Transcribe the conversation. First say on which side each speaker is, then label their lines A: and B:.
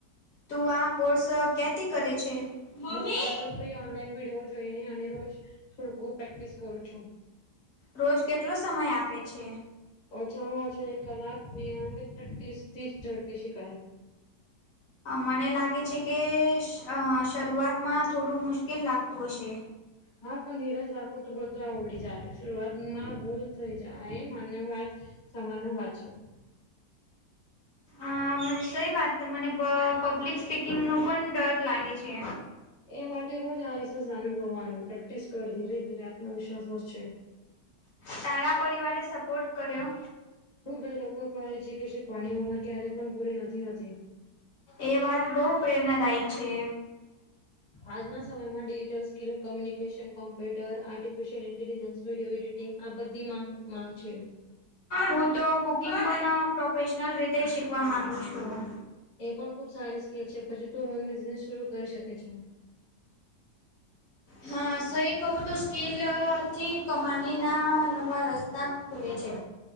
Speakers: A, on the left; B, on the left.
A: તું આ કોર્સ કીયાતી કરે છે? મમ્મી
B: મોબાઈલ પર ફ્રી ઓનલાઈન વિડીયો જોઈને અને રોજ થોડુંકું પ્રેક્ટિસ કરું છું.
A: રોજ કેટલો સમય આપે છે.
B: ઓછામાં ઓછા એક કલાક નિયમિત પ્રેક્ટિસ થી ઝડપી શખાય.
A: મને લાગે છે કે શરૂઆતમાં થોડું મુશ્કેલ લાગતું હશે.
B: હા પણ ધીરજ રાખો તો બધું આવડી જાય શરૂઆતમાં બ. થઈ જાય એ માન વાત સામાનની વાત છે.
A: અ મને સઈ વાત મને બ પબ્લિક સ્પીકિંગનો પણ ડર લાગે છે.
B: એ માટે રોજ આારી છે સામે ગણવાનું પ્રેક્ટિસ કર ધીરે ધીરે આત્મવિશ્વાસ વ છે.
A: તારા પરિવારને સપોર્ટ કર્યો.
B: હું બે લોકો કહે છે કે શ પાણી ઉંમર ક્યારે પણ પૂરી નથી હોતી.
A: એ વાત બહુ પ્રેરણાદાયક છે.
B: આજના સમયમાં digital skill communication computer artificial intelligence video editing આબધી ગ માંગ માંગ છે.
A: હું તો કુકિંગ પણ પ્રોફેશનલ રીતે શીખવા માંગુ છું.
B: એ પણ ખુબ સારી સ્કીલ છે પછી તું હોન બિઝનેસ શરૂ કરી શકે છે.
A: હા સહી કહું તો સ્કીલથી કમાનીના નવા રસ્તા. ખૂલે છે.